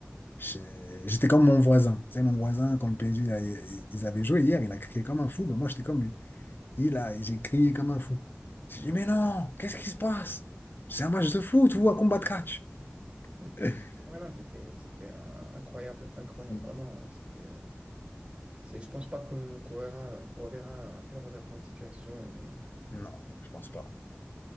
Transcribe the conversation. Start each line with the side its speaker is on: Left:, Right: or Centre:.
Left: J'ai- J'étais comme mon voisin. Tu sais, mon voisin, quand le PSG, là, il- a- il- ils avaient joué hier, il a crié comme un fou. Ben, moi, j'étais comme lui. Il a, j'ai crié comme un fou. J'ai dit, mais non, qu'est-ce qui se passe? C'est un match de foot ou un combat de catch?
Right: Hmm.
Left: <laughs>
Right: Voilà, c'était c'était un- incroyable, incroyable,
Left: N-
Right: vraiment. euh, C'était, euh, c'est, je pense pas qu'on qu'on verra, qu'on reverra un tel revirement de situation. Et,
Left: Non, je pense pas.